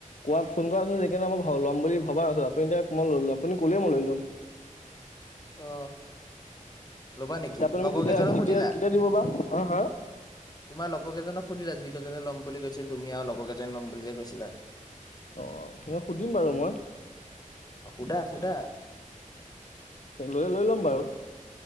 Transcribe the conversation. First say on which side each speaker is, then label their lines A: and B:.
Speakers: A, on the left; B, on the left.
A: কোৱাত ফোন কৰা আছিল যে নে মই ল'ম বুলি ভবা নাছিলো আপু এতি মই লৈ ল আপু কলে মই লৈ ল'ম
B: অ ল'বা নেকি
A: এতিয়া আপুনি
B: লগৰ
A: মোক কেতিয়া
B: কেইজনক
A: কেতিয়া
B: সুধিলা
A: কেতিয়া দিব বা হা হা
B: তোমাৰ লগৰ কেইজনক? সুধিল আজি কেইজনে ল' বুলি কৈছিল তুমি আৰু লগ কেইজন ল'ম বুলি যে কৈছিলা?
A: অহ সেই সুধিম বাৰু মই
B: অ', সুধা সুধা
A: লে লৈ লম বাৰু